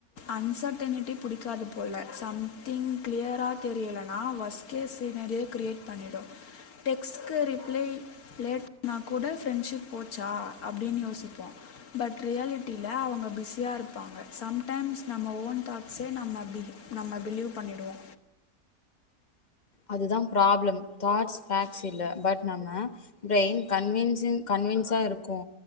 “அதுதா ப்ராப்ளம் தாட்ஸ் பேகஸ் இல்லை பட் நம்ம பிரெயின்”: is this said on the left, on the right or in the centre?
Left